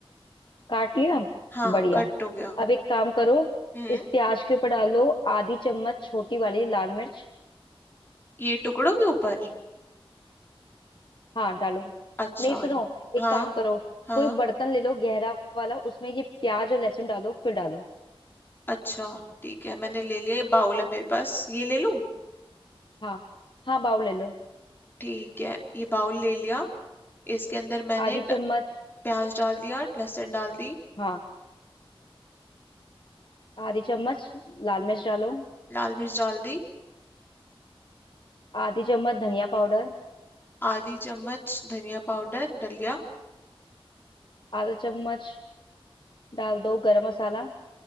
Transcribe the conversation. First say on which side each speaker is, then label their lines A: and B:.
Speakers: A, on the left; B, on the left.
A: काट लिया
B: हाँ
A: बढ़िया
B: कट हो गया
A: अब एक काम करो
B: हम्म
A: इस प्याज के ऊपर डालो आधी चम्मच छोटी वाली लाल मिर्च
B: ये टुकड़ों के ऊपर
A: हाँ डालो
B: अच्छा
A: नहीं सुनो एक
B: हाँ
A: काम करो
B: हाँ
A: कोई बर्तन ले लो गहरा वाला उसमें ये प्याज और लहसुन डालो फिर डालो
B: अच्छा ठीक है मैंने ले लिया ये बाउल है मेरे पास ये ले लूं
A: हाँ हाँ बाउल ले लो
B: ठीक है ये बाउल ले लिया इसके अंदर मैंने
A: आधी चम्मच
B: ड- प्याज डाल दिया लहसुन डाल दी
A: हाँ आधी चम्मच लाल मिर्च डालो
B: लाल मिर्च डाल दी
A: आधी चम्मच धनिया पाउडर
B: आधी चम्मच धनिया पाउडर डल गया
A: आधा चम्मच डाल दो गरम मसाला